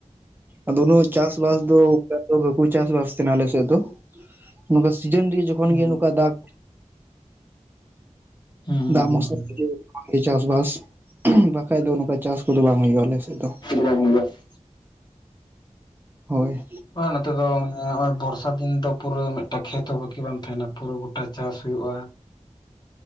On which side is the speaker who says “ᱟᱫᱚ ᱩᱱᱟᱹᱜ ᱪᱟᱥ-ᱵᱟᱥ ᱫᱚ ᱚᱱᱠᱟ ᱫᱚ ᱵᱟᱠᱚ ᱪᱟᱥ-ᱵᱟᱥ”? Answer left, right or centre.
Right